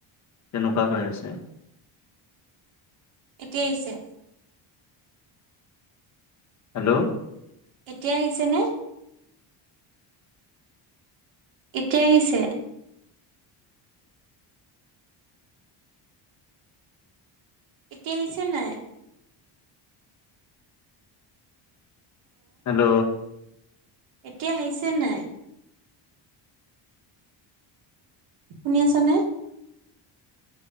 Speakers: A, on the left (about 35°); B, on the right (about 75°).
A: তেনেকুৱা হৈ আছে।
B: এতিয়া আহিছে?
A: হেল্ল'!
B: এতিয়া আহিছে নে? এতিয়া আহিছে? এতিয়া আহিছে নাই?
A: হেল্ল'!
B: এতিয়া আহিছে নাই? শুনি আছানে?